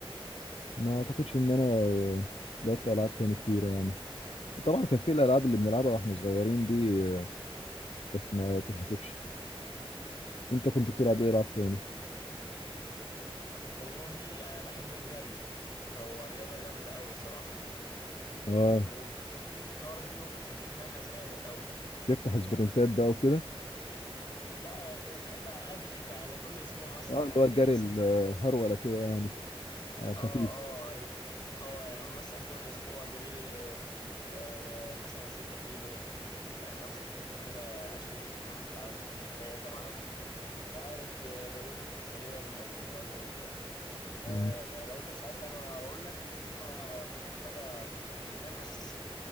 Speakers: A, on the left; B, on the left.
A: ما اعتقدش ان انا آه، لعبت العاب تاني كتيرة يعني طبعا كان في الالعاب اللي بنلعبها واحنا صغيرين دي آه، بس ما تتحسبش انت كنت بتلعب ايه العاب تاني
B: والله أنا بحب الجري هو رياضة جامدة أوي صراحة
A: اه
B: وبتديك كارديو وبتديك نفس جامد أوي
A: تفتح سبرنتات بقى وكده
B: لا آه، بحب أجري ك- يعني كل أسبوع مثلا
A: اه اللي
B: أجري
A: هو الجري
B: لي ستة
A: الهرولة كده يعني على الخفيف
B: اه اه اه أنا مثلا كل أسبوع أجري لي آه، مثلا ستة كيلو آه، خمسة كيلو كده عشان أحافظ على النفس بتاعي طبعا عشان أنت عارف آه، الرياضات القتالية الم- زي الماي تاي آه،
A: مم.
B: لو انت مش عارف يعني انا بقول لك ان لها محتاجه نفس